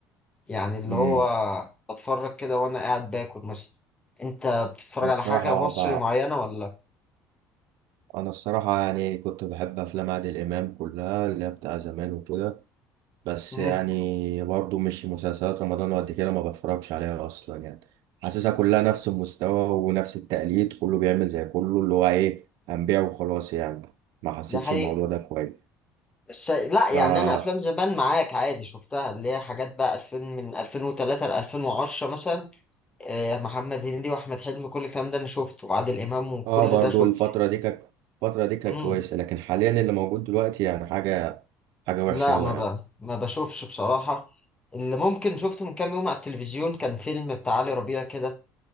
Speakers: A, on the left; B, on the right.
A: يعني اللي
B: امم
A: هو بتفرج كده وانا قاعد باكل مثلا انت بتتفرج
B: أنا
A: على
B: الصراحة
A: حاجة مصري
B: ب...
A: معينة ولا
B: أنا الصراحة يعني كنت بحب أفلام عادل إمام كلها اللي هي بتاع زمان وكده بس
A: مم.
B: يعني برضو مش مسلسلات رمضان وقد كده ما بتفرجش عليها أصلا يعني حاسسها كلها نفس المستوى ونفس التقليد كله بيعمل زي كله اللي هو إيه هنبيع وخلاص يعني ما حسيتش
A: ده حقيقي
B: الموضوع ده كويس
A: بس لا يعني
B: فا
A: انا افلام زمان معاك عادي شفتها اللي هي حاجات بقى 2000 من 2003 ل 2010 مثلا آه، محمد هنيدي واحمد حلمي كل الكلام ده انا شفته وعادل امام وكل
B: آه برضو
A: ده شفته
B: الفترة دي كانت الفترة دي كانت
A: امم
B: كويسة لكن حاليا اللي موجود دلوقتي يعني حاجة حاجة
A: لا
B: وحشة أوي
A: ما
B: يعني.
A: ب... ما بشوفش بصراحة اللي ممكن شفته من كام يوم على التلفزيون كان فيلم بتاع علي ربيع كده